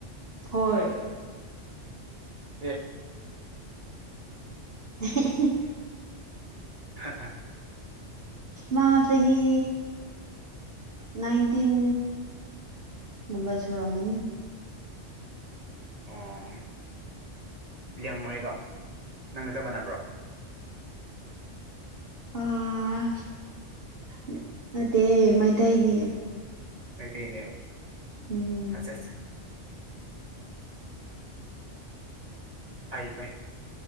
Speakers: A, on the right; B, on the right.
A: ꯍꯣꯏ
B: ꯑꯦ
A: ꯑꯦꯍꯦꯍꯤ
B: ꯍꯍꯥ
A: ꯃꯥ ꯆꯍꯤ ꯅꯥꯏꯟꯇꯤꯟ ꯒꯨꯝꯕ ꯁꯨꯔꯝꯃꯅꯤ
B: ꯑꯣ ꯂꯤꯌꯦꯡꯃꯩꯔꯣ ꯅꯪꯒ ꯆꯞ ꯃꯥꯟꯅꯕ꯭ꯔꯣ
A: ꯑꯥ ꯅ ꯅꯠꯇꯦ ꯃꯩꯇꯩꯅꯦ
B: ꯃꯩꯇꯩꯅꯦ
A: ꯎꯝ
B: ꯑꯆꯥ ꯆꯥ ꯐꯩ ꯐꯩ